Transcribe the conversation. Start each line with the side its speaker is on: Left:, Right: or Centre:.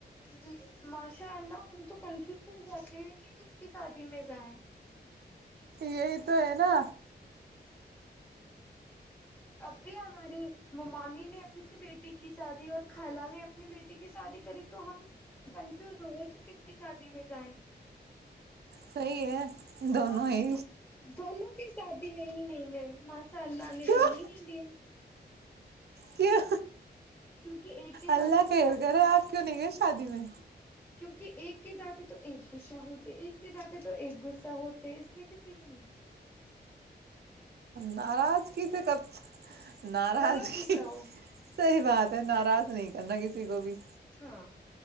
Centre: جی ماشاء اللہ ہم تو کنفیوز ہو جاتے ہیں کہ کس کی شادی میں جائیں
Right: یہی تو ہے نا
Centre: اب بھی ہماری ممانی نے اپنی بیٹی کی شادی اور خالہ نے اپنی بیٹی کی شادی کری تو ہم کنفیوز ہو گئے کہ کتنی شادی میں جائیں
Right: صحی ہے دونوں
Centre: تو ہم
Right: ہی
Centre: دو دونوں شادی میں ہی نہیں گئے ماشاء اللہ نے
Right: کیوں
Centre: کرنی ہی نہیںتی ہے
Right: کیوں
Centre: کیونکہ ایک کے جاتے
Right: اللہ
Centre: تو
Right: کیئر
Centre: پھر
Right: کرے آپ کیوں نہیں گئے شادی میں
Centre: کیونکہ ایک کے جاتے تو ایک گصہ ہوتے ایک کے جاتے تو ایک گصہ ہوتے اس میں کسی کے نہیں ہے
Right: ناراضگی سے ک ناراضگی
Centre: دونوں خوش رہو
Right: صحی بات ہے ناراض نہیں کرنا ک سی گوب <unintelligible>
Centre: ہاں